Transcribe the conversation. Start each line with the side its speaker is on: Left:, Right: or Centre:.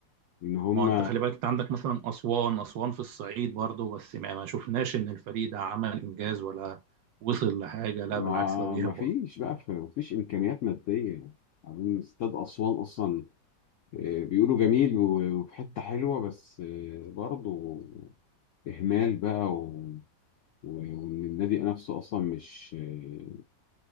Left: ان هم
Right: ما هو انت خلي بالك انت عندك مثلا اسوان اسوان في الصعيد برضه بس ما ما شفناش ان الفريق ده عمل انجاز ولا وصل لحاجه لا
Left: ما
Right: بالعكس ده بيهبط
Left: ما فيش بقى في- ما فيش امكانيات ماديه عايزين استاد اسوان اصلا آه، بيقولوا جميل و- وفي حته حلوه بس آه، برضه اهمال بقى و... و- وان النادي نفسه اصلا مش آه،